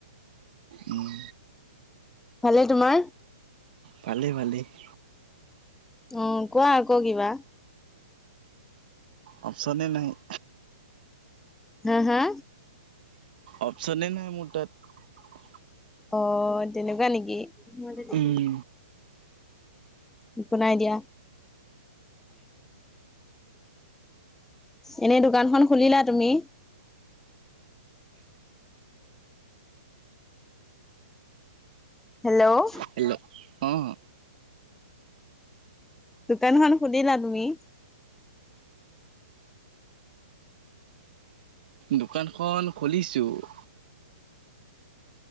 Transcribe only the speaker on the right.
উম
ভালেই ভালেই ।
অপচনে নাই ।
অপচনে নাই মোৰ তাত ।
উম,
হেল্ল' অ',
দোকানখন খুলিছোঁ ।